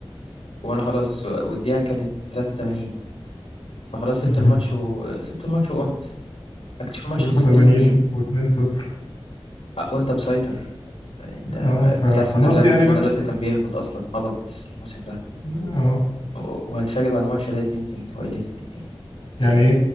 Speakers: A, on the left (about 75°); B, on the left (about 55°).
A: وانا خلاص والدقيقه كانت 83 فخلاص سبت
B: مهم.
A: الماتش وسبت الماتش وقمت اكتشف الماتش
B: 83
A: خلص 2-2
B: و2 صفر
A: أه، وانت مسيطر انت
B: اه فخلاص
A: بتلعب ساندرلاند
B: يعني
A: ساندرلاند
B: بقى
A: كان بيهبط اصلا هبط الموسم ده
B: اه
A: و- وهتفاجئ بعد ماتش ده 2-2 هو ايه 2-2
B: يعني
A: يعني